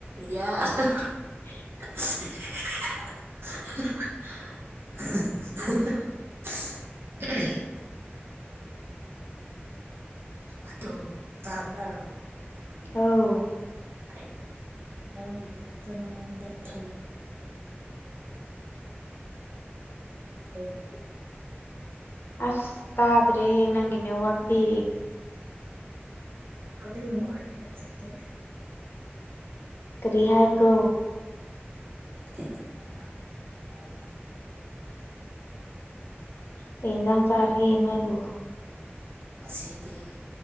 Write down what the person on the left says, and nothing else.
<unintelligible>
ꯑꯧ
ꯑꯁ ꯇꯥꯗ꯭ꯔꯦꯍꯦ ꯅꯪꯒꯤ ꯅꯦꯠꯋꯥꯛꯗꯤ
ꯀꯔꯤ ꯍꯥꯏꯕ꯭ꯔꯣ
ꯀꯩ ꯏꯟꯖꯥꯡ ꯆꯥꯔꯒꯦ ꯅꯣꯏꯕꯨ